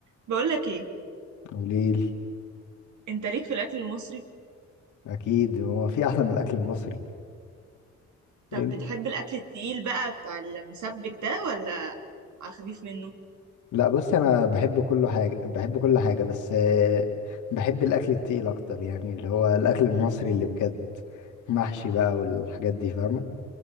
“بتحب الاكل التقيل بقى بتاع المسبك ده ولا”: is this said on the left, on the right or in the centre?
Right